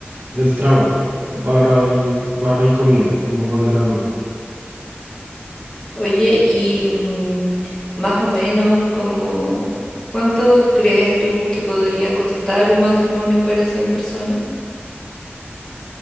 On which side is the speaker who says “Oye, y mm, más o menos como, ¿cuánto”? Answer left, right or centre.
Left